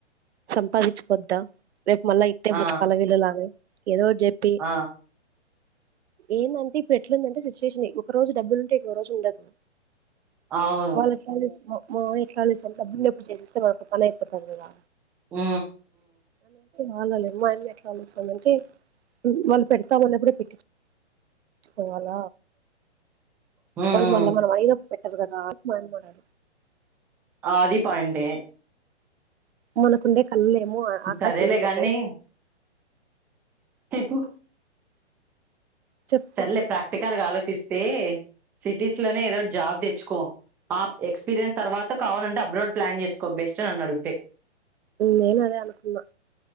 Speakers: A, on the right; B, in the centre.
A: సంపాదించు కొద్దా రేపు మళ్ళా ఇట్టే
B: ఆ!
A: బతకాలవీలలాగనే ఏదోకటి చెప్పి
B: ఆ!
A: ఏందంటే ఇప్పుడు ఎట్లుందంటే సిచ్యువేషన్ ఒక రోజు డబ్బులు ఉంటె ఇంకోఒక రోజు ఉండదు
B: అవును.
A: వాల కలిస్లో మూవి కాలిస్సా ఎప్పుడు చేసస్తేళ్నకు పని అయిపోతారు కదా
B: ఉ
A: వాళాల అమ్మాయిమ్మ ఎట్లా అందిస్తుందింటే వాళ్ళు పెడతామన్నప్పుడే పెట్టిచ్ పోవాల
B: హ్మ్. హ్మ్.
A: వళ మళ మన వైదో పెట్టారు కదా ఆస్మాన్ మాలై
B: ఆది పాయింటే
A: మనకుందే కల్లే ము ఆకాశమందుతాయి
B: సరేలే గాని కుడు
A: చెప్పు
B: సరేలే ప్రాక్టికల్ గా ఆలోచిస్ తే సిటీస్ లోనే ఏదోటి జాబ్ తెచ్చుకో ఆప్ ఎక్స్పీరియన్స్ తర్వాత కావాలంటే అప్లోడ్ ప్లాన్ చేసుకో బెస్ట్ అన్నాడు అంతే
A: నేను అదే అనుకున్నా